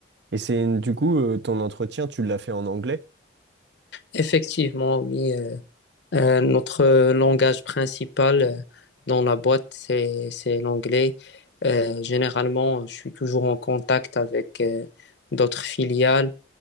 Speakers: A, on the right; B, on the left.
A: Et c'est du coup, euh, ton entretien, tu l'as fait en anglais?
B: Effectivement, oui, euh, euh, notre langage principal euh, dans la boîte, c'est, c'est l'anglais. Euh, généralement, je suis toujours en contact avec euh, d'autres filiales